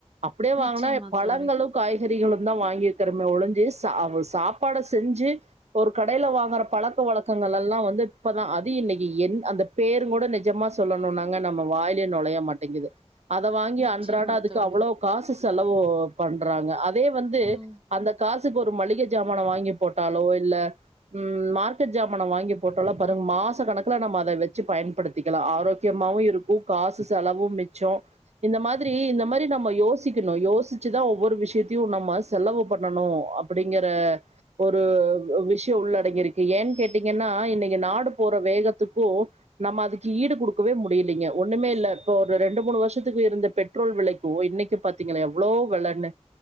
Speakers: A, on the right (about 80°); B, on the right (about 55°).
A: அப்டியே வாங்கனா
B: நிச்சயமா
A: பழங்களும்
B: தோழி
A: காய்கறிகளும் தான் வாங்கிக்கிறம ஒழஞ்சி சா சாப்பாட செஞ்சு இப்ப ஒரு கடையில் வாங்கற பழக்க வழக் கங்கள் எல்லாம் வந்து இப்பதான் அது இன்னைக்கு இந் அந்த பேரும் கூட நிஜமா சொல்லணும்னாங்க நம்ம வாயிலை நொழைய மாட் ங்கது அத வாங்கி
B: நிச்சயமா
A: அன்றாட அதுக்கு
B: தோழி
A: அவ்வளோ காசு செலவு பண்றாங்க அதே வந்து
B: ம்
A: அந்த காசு <unintelligible> ஒரு மளிகை சமான வாங்கி போட்டாலோ இல்ல உ மார்க்கெட் ஜாம வாங்கி போட்டோம்ல பாருங்க மாச கணக்குல நம்ம அதை வச்சு பயன்படுத்திக்கலா ஆரோக்கியமாவு இருக்கு காசு செலவும் மிச்சம் இந்த மாதிரி இந்த மாதிரி நம்ம யோசிக்கணு யோசிச்சுதா ஒவ்வொரு விஷயத்தையு நம்ம செலவு பண்ணணு அப்படிங்கற ஒரு விஷய உள்ளடங்கியிருக்கு ஏன்னு கேட் ட்டீங்கன்னா இன்னைக்கு நாடு போற வேகத்துக்கு நம்ம அதுக்கு ஈடு குடுக்கவே முடியலீங்க ஒண்ணுமே இல்ல இப்ப ஒரு ரெண்டு மூணு வருஷத்துக்கு இருந்த பெ பெட்ரோல் வெளைக்கு இன்னைக்கு பாத்தீங்களா எவ்ளோ வெளன்னு